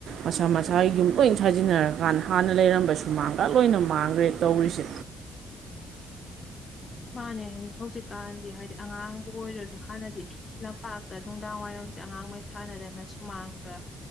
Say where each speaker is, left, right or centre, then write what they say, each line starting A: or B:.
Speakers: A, on the right; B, on the left.
A: ꯃꯁꯥ ꯃꯁꯥꯒꯤ ꯌꯨꯝ ꯂꯣꯏ ꯁꯥꯖꯤꯟꯅꯔꯀꯥꯟꯗ ꯍꯥꯟꯅ ꯂꯩꯔꯝꯕ ꯁꯨꯃꯥꯡꯒ ꯂꯣꯏꯅ ꯃꯥꯡꯈ꯭ꯔꯦ ꯇꯧꯔꯤꯁꯦ
B: ꯃꯥꯅꯦ ꯍꯧꯖꯤꯛꯀꯥꯟꯗꯤ ꯍꯥꯏꯗꯤ ꯑꯉꯥꯡꯕꯨ ꯑꯣꯏꯔꯣꯁꯨ ꯍꯥꯟꯅꯗꯤ ꯂꯝꯄꯥꯛꯇ ꯅꯨꯡꯗꯥꯡ ꯋꯥꯏꯔꯝꯁꯦ ꯑꯉꯥꯡꯉꯩ ꯁꯥꯟꯅꯗꯅ ꯁꯨꯃꯥꯡꯗ